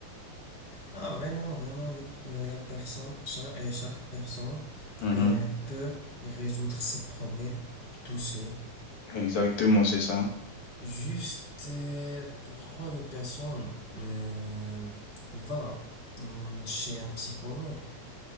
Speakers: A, on the left (about 20°); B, on the left (about 75°).
A: Ah, vraiment, vraiment, le- euh, la personne, cha- euh, chaque, personne
B: Mhm.
A: euh, peut résoudre ses problèmes tout seul.
B: Exactement, c'est ça.
A: Juste euh, pourquoi la personne euh, va hum, chez un psychologue